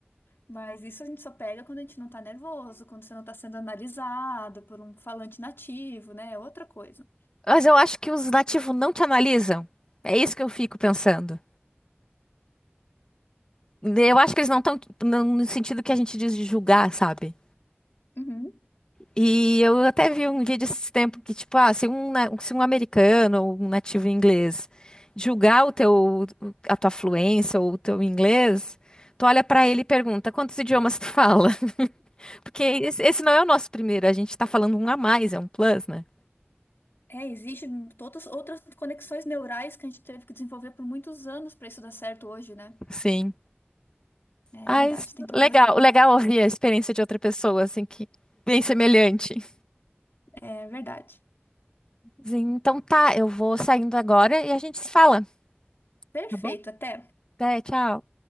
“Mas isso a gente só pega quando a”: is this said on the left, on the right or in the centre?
Left